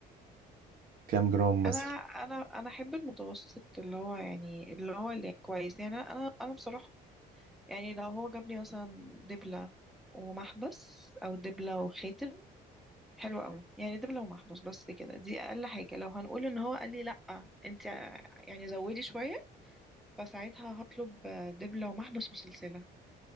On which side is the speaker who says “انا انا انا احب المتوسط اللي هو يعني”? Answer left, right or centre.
Centre